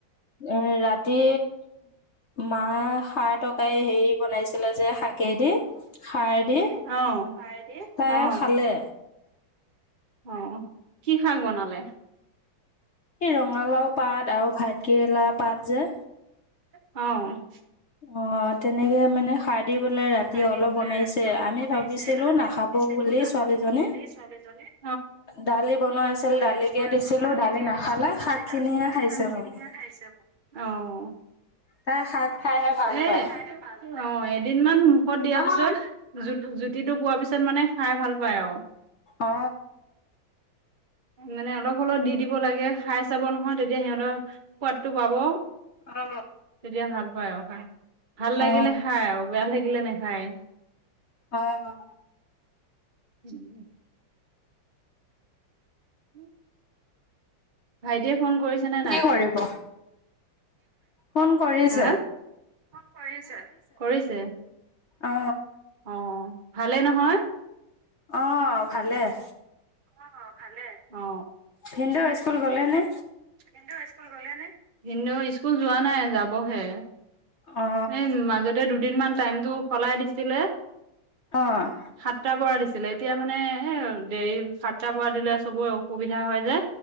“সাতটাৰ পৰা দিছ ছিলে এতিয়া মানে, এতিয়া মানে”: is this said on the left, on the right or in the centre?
Right